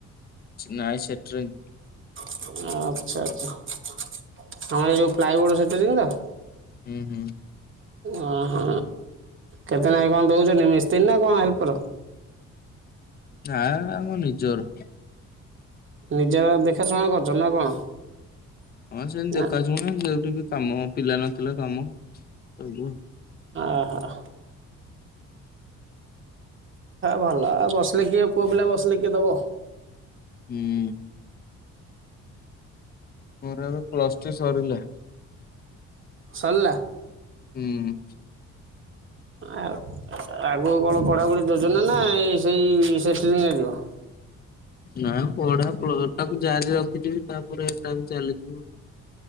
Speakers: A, on the left (about 30°); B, on the right (about 40°).
A: ନାଇଁ ସେଟ୍ରୀଙ୍ଗ୍।
B: ଆଛା ଆଛା ଆଉ ଯୋଉଁ ଫ୍ଲାଇ ବୋର୍ଡ଼ ସେଟ୍ରୀଙ୍ଗ୍ ତ?
A: ହୁଁ ହୁଁ।
B: ଓହୋ କେତେ ନାକେ କଣ ଦଉଛନ୍ତି। ମିସ୍ତ୍ରୀ ନା କଣ ହେଲ୍ପର?
A: ଆଁ ଆମ ନିଜର।
B: ନିଜର ଦେଖାଶୁଣା କରୁଛ ନା କଣ?
A: ହଁ ସେମିତି
B: ନା
A: ଦେଖାସୁଣା ଯଉଠିକି କାମ ପିଲା ନଥିଲା କାମ ସବୁ
B: ଓହୋ। ଭଲ ବସିଲେ କିଏ ପୁଅ ପିଲା ବସିଲେ କିଏ ଦବ।
A: ହୁଁ। ମୋର ଏବେ ପ୍ଲସ ଥ୍ରି ସରିଲା।
B: ସରିଲା।
A: ହୁଁ
B: ଆଉ <inaudible> ଆଗକୁ କଣ ପଢାପଢି ଯୋଜନା ନା ଏ ସେଇ ସେଟରିଂ ଯିବ
A: ନାଇ ପଢା ଟାକୁ ଜାରି ରଖିଥିବି ତାପରେ ଏଇଟା ବି ଚାଲିଥିବୁ ଆ